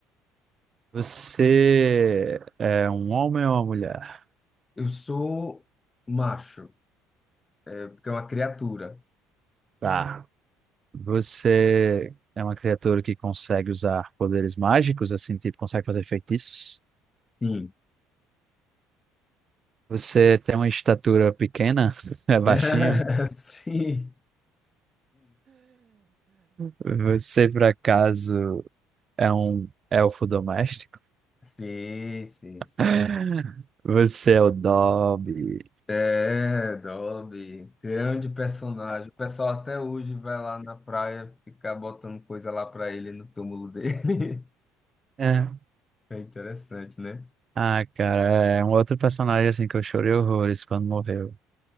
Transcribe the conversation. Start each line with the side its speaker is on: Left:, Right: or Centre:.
Right: Você é um homem ou uma mulher?
Left: Eu sou macho, é, porque é uma criatura.
Right: Tá. Você é uma criatura que consegue usar poderes mágicos, assim, tipo, consegue fazer feitiços?
Left: Sim.
Right: Você tem uma estatura pequena? <laughs> É baixinho?
Left: <laughs> Sim,
Right: Você, por acaso, é um elfo doméstico?
Left: sim, sim,
Right: <laughs>
Left: sim, sim.
Right: Você é o Dobby?
Left: É, Dobby, grande personagem. O pessoal até hoje vai lá na praia ficar botando coisa lá pra ele no túmulo dele. <laughs>
Right: É.
Left: É interessante, né?
Right: Ah, cara, é é um outro personagem assim que eu chorei horrores quando morreu.